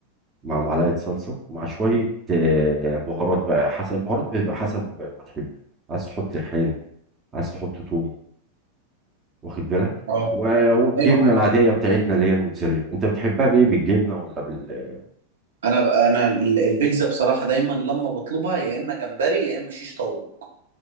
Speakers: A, on the right; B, on the right.
A: مع معلقه صلصه مع شويه آه بهارات بقى حسب البهارات بيبقى حسب ما تحب عاز تحط ريحان عايز تحط توم واخد بالك
B: اه
A: و- والجبنه
B: ايوه معاك
A: العاديه بتاعتنا اللي هي الموتزاريلا انت بتحبها بايه بالجبنه ولا بال
B: انا انا ال- البيتزا بصراحه دايما لما بطلبها يا اما جمبري يا اما شيش طاووق